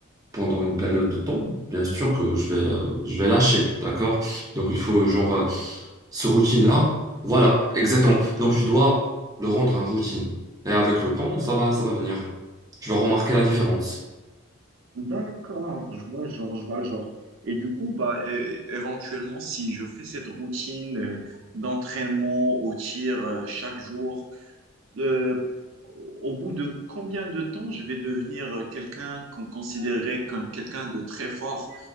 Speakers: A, on the right; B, on the right.
A: pendant une période de temps, bien sûr que je vais, euh, je vais lâcher, d'accord? Donc il faut, genre, euh, ce routine-là, voilà, exactement. Donc tu dois le rendre un routine. Et avec le temps, ça va, ça va venir. Tu vas remarquer la différence.
B: D'accord, je vois le genre, je vois le genre. Et du coup, bah, é- éventuellement, si je fais cette routine euh, d'entraînement au tir euh, chaque jour, euh, au bout de combien de temps je vais devenir euh, quelqu'un qu'on considérait comme quelqu'un de très fort